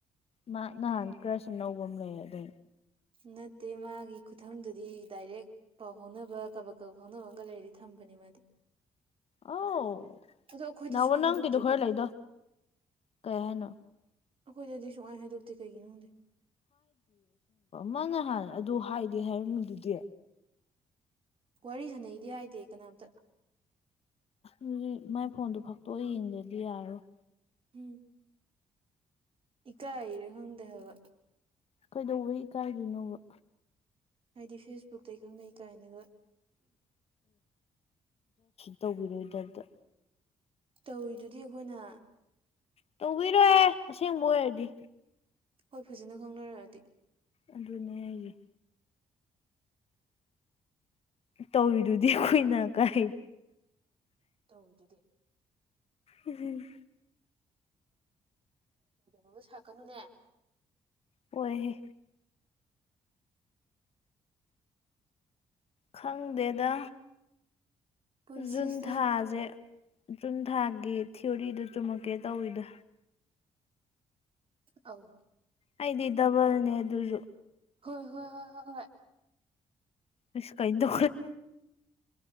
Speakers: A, on the left; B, on the right.
A: ꯃꯥ ꯅꯍꯥꯟ ꯀꯁ ꯁꯅꯎꯕ ꯑꯃ ꯂꯩ ꯑꯗꯨ
B: ꯅꯠꯇꯦ ꯃꯥꯒꯤ ꯈꯨꯊꯪꯗꯨꯗꯤ ꯗꯥꯏꯔꯦꯛ ꯄꯥꯎ ꯐꯥꯎꯅꯕ ꯀꯕꯛ ꯀꯕꯛ ꯐꯥꯎꯅꯕ ꯑꯃꯒ ꯂꯩꯔꯗꯤ ꯊꯝꯕꯅꯦ ꯃꯥꯗꯤ
A: ꯑꯥꯎ
B: ꯑꯗꯣ ꯑꯩꯈꯣꯏꯗ
A: ꯅꯧꯕ
B: ꯁꯨꯡꯍꯥꯏ
A: ꯅꯪꯒꯤꯗꯣ
B: ꯍꯥꯏꯗꯣꯛꯇꯦ
A: ꯈꯔ ꯂꯩꯗꯣ ꯀꯍꯅ
B: ꯑꯩꯈꯣꯏꯗꯗꯤ ꯁꯨꯡꯉꯥꯏ ꯍꯥꯏꯗꯣꯛꯇꯤ ꯀꯩꯒꯤꯅꯣꯗꯦ
A: ꯃꯥꯅ ꯍꯥꯟꯅ ꯑꯗꯨ ꯍꯥꯏꯗꯤ ꯍꯥꯏꯔꯝꯃꯤꯗꯨꯗꯤ
B: ꯋꯥꯔꯤ ꯁꯥꯟꯅꯩꯗꯤ ꯍꯥꯏꯗꯦ ꯀꯅꯥꯝꯇ
A: ꯎꯝ ꯃꯥꯏ ꯐꯣꯟꯗꯨ ꯐꯛꯇꯣꯛ ꯌꯦꯡꯗꯗꯤ ꯌꯥꯔꯣꯏ
B: ꯎꯝ ꯏꯀꯥꯏꯔꯣ ꯈꯪꯗꯦꯕ
A: ꯀꯩꯗꯧꯕꯩ ꯀꯥꯏꯗꯣꯏꯅꯣꯕ
B: ꯍꯥꯏꯗꯤ ꯐꯦꯁꯕꯨꯛ ꯑꯇꯩ ꯈꯪꯅꯩ ꯀꯥꯏꯅꯒ
A: ꯇꯧꯕꯤꯔꯣꯏꯗꯕꯗꯣ
B: ꯇꯧꯔꯤꯗꯨꯗꯤ ꯑꯩꯈꯣꯏꯅ
A: ꯇꯧꯕꯤꯔꯣ ꯑꯁꯦꯡꯕ ꯑꯣꯏꯔꯗꯤ
B: ꯍꯣꯏ ꯐꯖꯅ ꯈꯪꯅꯔꯛꯑꯗꯤ
A: ꯑꯗꯨꯅꯦ ꯑꯩꯒꯤ ꯇꯧꯋꯤꯗꯨꯗꯤ ꯀꯨꯏꯅ ꯀꯥꯏ
B: ꯇꯧꯗꯨꯗꯤ
A: ꯎꯝ
B: ꯇꯧꯗꯔꯒ ꯁꯥꯀꯅꯨꯅꯦ
A: ꯍꯣꯏꯍꯦ ꯈꯪꯗꯦꯗ
B: ꯄꯨꯟꯁꯤꯁꯦ
A: ꯖꯨꯟ ꯊꯥꯁꯦ
B: ꯑꯧ
A: ꯖꯨꯟ ꯊꯥꯒꯤ ꯊꯤꯑꯣꯔꯤꯗꯨ ꯆꯨꯝꯃꯛ ꯀꯦ ꯇꯧꯋꯤꯗ
B: ꯑꯥꯎ
A: ꯑꯩꯗꯤ ꯗꯕꯜꯅꯦ ꯑꯗꯨꯁꯨ
B: ꯍꯣꯏ ꯍꯣꯏ ꯍꯣꯏ ꯍꯣꯏ ꯍꯣꯏ
A: ꯑꯁ ꯀ ꯏ ꯇ